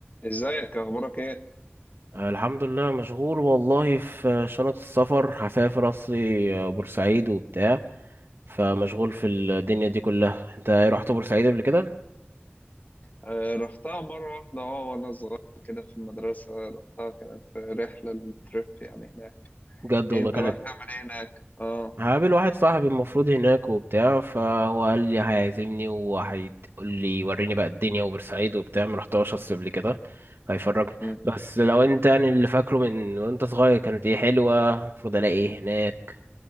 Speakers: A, on the left; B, on the right.
A: ازيك اخبارك ايه
B: آه، الحمد لله مشغول والله في شنط السفر هسافر اصلي آه، بورسعيد وبتاع فمشغول في الدنيا دي كلها انت إيه، رحت بورسعيد قبل كده
A: آه، رحتها مره واحده اه وانا صغير كده في المدرسه رحتها كانت رحله التريب يعني هناك
B: بجد
A: إيه
B: والله
A: انت
B: كانت
A: رايح تعمل ايه هناك اه
B: هقابل واحد صاحبي المفروض هناك وبتاع فهو قال لي هيعزمني وهيقول لي وريني بقى الدنيا وبورسعيد وبتاع ما رحتهاش اصل قبل كده هيفرجني
A: مم.
B: بس لو انت يعني اللي فاكره من وانت صغير كانت ايه حلوة المفروض الاقي ايه هناك